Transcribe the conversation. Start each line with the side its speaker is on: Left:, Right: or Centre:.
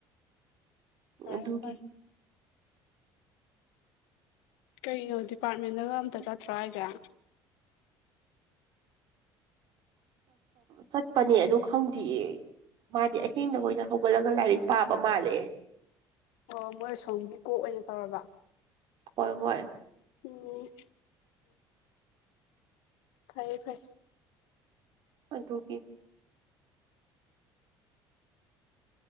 Left: ꯐꯔꯦ
Right: ꯑꯗꯨꯒꯤ
Left: ꯐꯔꯦ꯫ ꯀꯩꯅꯣ ꯗꯤꯄꯥꯔꯠꯃꯦꯟꯗꯒ ꯑꯝꯇ ꯆꯠꯇ꯭ꯔꯣ ꯍꯥꯏꯁꯦ꯫
Right: ꯆꯠꯄꯅꯤ ꯑꯗꯨ ꯈꯪꯗꯤꯌꯦ꯫ ꯃꯥꯗꯤ ꯑꯍꯤꯡꯗ ꯑꯣꯏꯅ ꯍꯧꯒꯠꯂꯒ ꯂꯥꯏꯔꯤꯛ ꯄꯥꯕ ꯃꯥꯜꯂꯦ꯫
Left: ꯑꯣ ꯃꯣꯏ ꯑꯁꯣꯝꯒꯤ ꯀꯣꯛ ꯑꯣꯏꯅ ꯇꯧꯔꯕ꯫
Right: ꯇꯧꯔꯝꯃꯣꯏ꯫
Left: ꯎꯝ꯫ ꯐꯥꯏꯌꯦ ꯐꯥꯏ꯫
Right: ꯑꯗꯨꯒꯤ꯫